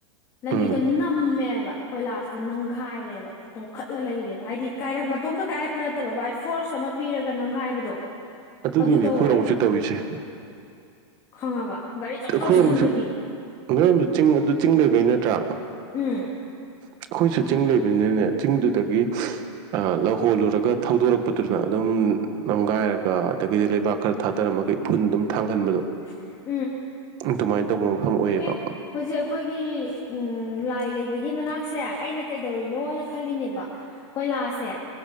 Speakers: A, on the left; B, on the right.
A: ꯂꯝꯕꯤꯗꯣ
B: ꯎꯝ
A: ꯅꯝꯃꯦꯕ ꯀꯣꯏꯂꯥꯁꯇꯣ ꯅꯝꯈꯥꯏꯔꯦꯕ ꯇꯣꯡꯈꯠꯂ ꯂꯩꯔꯦꯕ ꯍꯥꯏꯗꯤ ꯀꯥꯢꯔꯛ ꯃꯇꯣꯝꯇ ꯀꯥꯏꯔꯛꯄ ꯅꯠꯇꯕ ꯚꯥꯏ ꯐꯣꯔꯁ ꯑꯃ ꯄꯤꯔꯒ ꯅꯝꯈꯥꯏ ꯍꯥꯏꯕꯗꯣ
B: ꯑꯗꯨꯅꯤꯅꯦ
A: ꯑꯗꯨ ꯇꯧꯔꯦꯕ
B: ꯑꯩꯈꯣꯏꯔꯣꯝꯒꯤꯁꯨ ꯇꯧꯔꯤꯁꯦ
A: ꯈꯪꯉꯕ ꯒꯥꯔꯤ ꯑꯆꯧ
B: ꯑꯩꯈꯣꯏꯔꯣꯝꯒꯤꯁꯨ
A: ꯑꯆꯧ ꯆꯠꯁꯟꯕꯒꯤ
B: ꯅꯣꯏꯔꯣꯝꯁꯨ ꯆꯤꯡ ꯑꯗꯨ ꯆꯤꯡ ꯂꯩꯕꯩ ꯅꯠꯇ꯭ꯔꯥ
A: ꯎꯝ
B: ꯑꯩꯈꯣꯏꯁꯨ ꯆꯤꯡ ꯂꯩꯕꯅꯤꯅꯅꯦ ꯆꯤꯡꯗꯨꯗꯒꯤ ꯂꯧꯍꯣꯜꯂꯨꯔꯒ ꯊꯧꯗꯣꯔꯛꯄꯗꯨꯅ ꯑꯗꯨꯝ ꯅꯝꯒꯥꯏꯔꯒ ꯑꯗꯒꯤꯗꯤ ꯂꯩꯕꯥꯛ ꯈꯔ ꯊꯥꯗꯔꯝꯃꯒ ꯏꯐꯨꯟ ꯑꯗꯨꯝ ꯊꯥꯡꯍꯟꯕꯗꯣ
A: <inaudible>
B: ꯑꯗꯨꯃꯥꯏꯅ ꯇꯧꯕ ꯃꯐꯝ ꯑꯣꯏꯌꯦꯕ
A: ꯑꯦ ꯍꯧꯖꯤꯛ ꯑꯩꯈꯣꯏꯒꯤ ꯎꯝ ꯂꯥꯏ ꯂꯩꯕꯒꯤ ꯃꯅꯥꯛꯁꯦ ꯑꯩꯅ ꯀꯩꯗꯧꯔꯤꯅꯣꯅ ꯈꯜꯂꯤꯅꯦꯕ ꯀꯣꯏꯂꯥꯁꯁꯦ